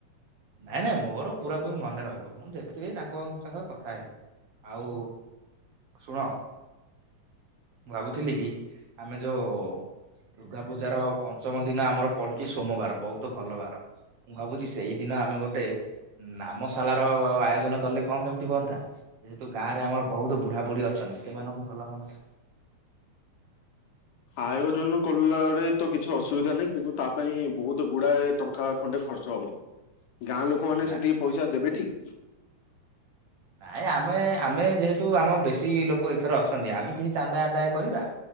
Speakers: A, on the right (about 60°); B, on the left (about 90°).
A: ନା ନା ମୁଁ ମୋରୋ ପୂରାପୂରି ମନ୍ ନେ ରହିବ ମୁଁ ଦେଖିକି ତାଙ୍କ ସଙ୍ଗେ କଥା ହେବି। ଆଉ ଶୁଣ ମୁଁ ଭାବୁଥିଲି କି ଆମେ ଯୋଉ ଦୁର୍ଗା ପୂଜାର ପଞ୍ଚମ ଦିନ ଆମର ପଡ଼ୁଛି ସୋମବାର ବୋହୁତ ଭଲ ବାର ମୁଁ ଭାବୁଛି ସେଇ ଦିନ ଆମେ ଗୋଟେ ନାମଶାଳା ର ଆୟୋଜନ କଲେ କଣ କେମିତି ହୁଅନ୍ତା। ଯେହେତୁ ଗାଁ ରେ ଆମର ବୋହୁତୁ ବୁଢ଼ା ବୁଢ଼ୀ ଅଛନ୍ତି ସେମାନଙ୍କୁ ଭଲ ହଅନ୍ତା।
B: ଆୟୋଜନ କଲାରେ ତ କିଛି ଅସୁବିଧା ନାହିଁ କିନ୍ତୁ ତା ପାଇଁ ବୋହୁତୁ ଗୁଡ଼ାଏ ଟଙ୍କା ଖଣ୍ଡେ ଖର୍ଚ୍ଚ ହବ। ଗାଁ ଲୋକମାନେ
A: ନା
B: ସେତିକି ପଇସା ଦେବେ ଟି।
A: ନାଇଁ ମ ଆମେ ଆମେ ଯେହେତୁ ଆମର ବେଶୀ ଲୋକ ଏଇଥର ଅଛନ୍ତି ଆମେ କିଛି ଚାନ୍ଦା ଆଦାୟ କରିବା